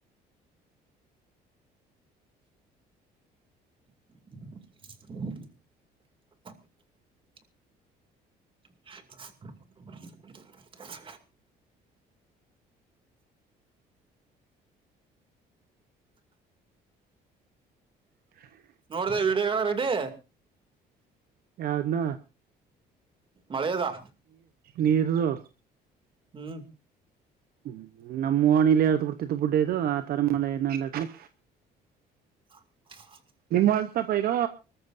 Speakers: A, on the right; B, on the right.
A: <inaudible> <inaudible>
B: ಹ. <inaudible>
A: ನೋಡ್ದ ವಿಡಿಯೋಲ್ಲ ರೆಡ್ಡಿ.
B: ಯುದ್ನ.
A: ಮಳೆೆಯದಾ.
B: ನೀರ್ದು.
A: ಹ್ಮ್.
B: ಹ್ಮ್ ನಮ್ಮ್ಣಿಲಿ ಎದ್ರ ಬಿಡ್ತಿದ್ದು ಬುಡ್ಡ ಇದು ಆ ತರ ಮಳೆ ಏನಲ್ಲ ಕ.
A: <inaudible>
B: ನಿಮ್ಮ್ ಹೊಲ್ಸಪ ಇದು.